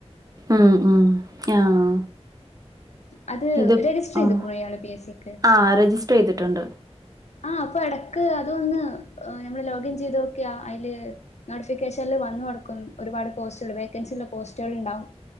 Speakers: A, on the right; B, on the left.
A: ഉം ഉം ആഹ്
B: അത്
A: ഇത്
B: രജിസ്റ്റർ ചെയ്ത്
A: ആഹ്
B: കുറെയാള് പി എ സിക്ക്
A: ആഹ് രജിസ്റ്റർ ചെയ്തിട്ടുണ്ട്
B: ആഹ അപ്പൊ ഇടക്ക് അതൊന്ന് എ നമ്മള് ലോഗിൻ ചെയ്ത് നോക്കിയാ അയില് നോട്ടിഫിക്കേഷനില് വന്നവർക്കും ഒരുപാട് പോസ്റ്റുകൾ വേക്കൻസി ഉള്ള പോസ്റ്റുകൾ ഇണ്ടാവും